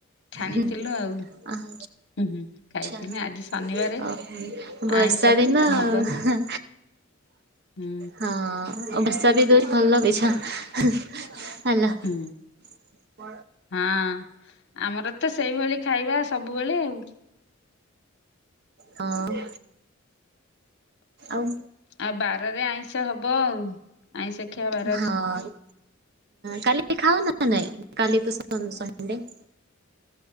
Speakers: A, on the left; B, on the right.
A: ଛାଣିଥିଲୁ
B: ହୁଁ ଉଁ
A: ଆଉ
B: ଖାଉଚୁ।
A: ହୁଁ ହୁଁ ଖାଇଥିଲୁ ଆଜି ଶନିବାରେ।
B: ଆଚ୍ଛା ଆଉ ବର୍ଷା
A: ଆଇଁଷ
B: ଦିନ
A: ହବନି
B: ଆଉ।
A: ହୁଁ
B: ହଁ <unintelligible> ଭଲ ଲଗେଇଛ ହେଲା। କଣ?
A: ହୁଁ ହଁ ଆମର ତ ସେଇଭଳି ଖାଇବା ସବୁବେଳେ ଆଉ।
B: ହଁ ଆଉ।
A: ଆଉ ବାରରେ ଆଇଁଷ ହବ ଆଉ। ଆଇଁଷ ଖିଆ ବା
B: ହଁ କାଲି ଖାଉ ନା ନାହିଁ? କାଲି ତ ସଣ୍ଡେ।